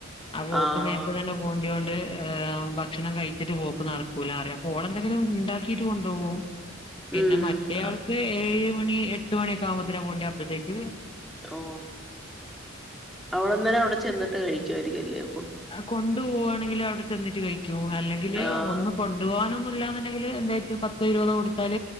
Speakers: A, on the left; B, in the centre.
A: ആ പോക്ക്
B: ആഹ്
A: നേരത്തെ തന്നെ പോണ്ടോണ്ട് ് ഭക്ഷണം കഴിച്ചിട്ട് പോക്ക്ുന്ന നടക്കൂല അറിയാം അപ്പോ ഓൾെന്തെങ്കിലും ഉണ്ടാക്കിയിട്ട് കൊണ്ടുപോകും പിന്നെ
B: ഉം
A: മറ്റേയാൾക്ക് ഏ മണി എട്ട്ണൊക്കെകുമ്പുന്നതിനെ വണ്ട അപ്പോഴത്തേക്ക്
B: ഓ അവടെന്നേര അവിടെ ചെന്നിട്ട് കഴിക്കുമായിരിക്കുംല്ലേോ
A: കൊണ്ടു പോകുവാണെങ്കിൽ അവിടെ ചെന്നിട്ട് കഴിക്കൂ അല്ലെങ്കിൽ
B: ആഹ്
A: ഒന്ന് കൊണ്ടു പോനും <inaudible> ണ്ടെങ്കിൽ എന്ത പത്ത ഇരുപതോ കൊടുത്താൽ